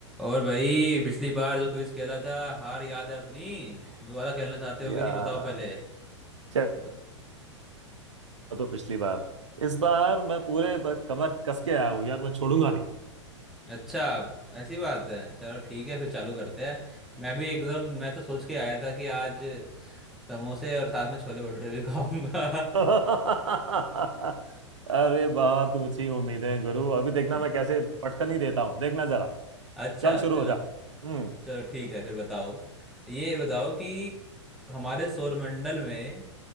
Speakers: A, in the centre; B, on the right.
A: और भाई पिछली बार जो क्विज खेला था हार याद है अपनी दोबारा खेलना चाहते हो
B: यार
A: कि नहीं बताओ पहले
B: क्या
A: दो-
B: हुआ तो पिछली बार इस बार मैं पूरे ब- कमर कस के आया हूँ यार मैं छोड़ूंगा नहीं
A: अच्छा ऐसी बात है चलो ठीक है फिर चालू करते हैं मैं भी एकदम मैं तो सोच के आया था कि आज समोसे और साथ में छोले भटूरे भी खाऊंगा
B: <laughs> अरे बहुत ऊंची उम्मीदें गुरु अभी देखना
A: <laughs>
B: मैं कैसे पटखनी देता हूँ देखना जरा
A: अच्छा
B: चल शुरू
A: चलो
B: हो जा हम्म
A: चलो ठीक है फिर बताओ ये बताओ कि हमारे सौरमंडल में